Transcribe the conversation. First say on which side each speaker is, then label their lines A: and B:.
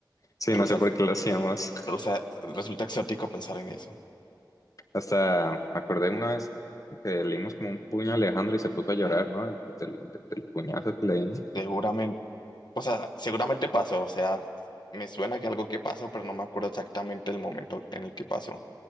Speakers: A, on the left; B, on the left.
A: sí,
B: rusa-
A: no sé por qué lo hacíamos.
B: rusa- resulta exótico pensar en eso.
A: Hasta me acordé una vez que le dimos como un puño a Alejandro y se puso a llorar, ¿no? Del, del- del puñazo que le dimos.
B: Seguramente, o sea, seguramente pasó, o sea, me suena que algo que pasó, pero no me acuerdo exactamente el momento en el que pasó,